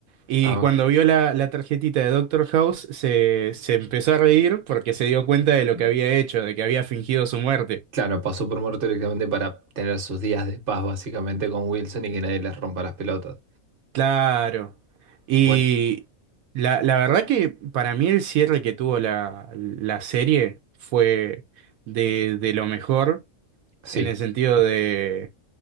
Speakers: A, on the right; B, on the right.
A: Y
B: Ah,
A: cuando
B: ok.
A: vio la, la tarjetita de Doctor House se, se empezó a reír porque se dio cuenta de lo
B: Ujú.
A: que había hecho, de que había fingido su muerte.
B: Claro, pasó por muerto directamente para tener sus días de paz básicamente con Wilson y que nadie les rompa las pelotas.
A: Claro. Y
B: Bueno,
A: la, la verdad que para mí el cierre que tuvo la, la serie fue de de lo mejor.
B: sí.
A: en el sentido de